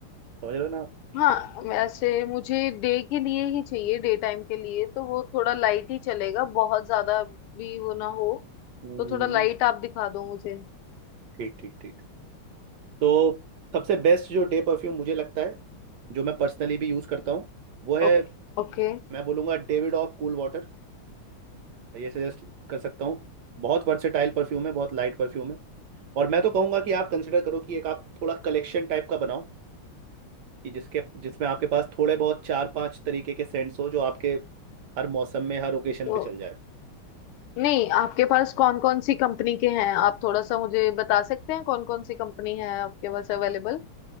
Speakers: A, on the right; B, on the left.
A: समझ रहे हो ना आप
B: हाँ वैसे मुझे डे के लिए ही चाहिए डे टाइम के लिए तो वो थोड़ा लाइट ही चलेगा बहुत ज्यादा भी वो ना हो
A: हम्म,
B: तो थोड़ा लाइट आप दिखा दो मुझे
A: ठीक ठीक ठीक तो सबसे बेस्ट जो डे परफ्यूम मुझे लगता है जो मैं पर्सनली भी यूज़ करता हूँ वो है
B: ओके ओके
A: मैं बोलूँगा डेविड ऑफ कूल वाटर ये सजेस्ट कर सकता हूँ बहुत वर्सेटाइल परफ्यूम है बहुत लाइट परफ्यूम है और मैं तो कहूँगा कि आप कंसिडर करो कि एक आप थोड़ा कलेक्शन टाइप का बनाओ कि जिसके जिसमें आपके पास थोड़े बहुत चार पांच तरीके के सेंट्स हो जो आपके हर मौसम में हर ओकेशन
B: तो
A: पे चल जाए
B: नहीं आपके पास कौन कौन सी कंपनी के हैं आप थोड़ा सा मुझे बता सकते हैं कौन कौन सी कंपनी है आपके पास अवेलेबल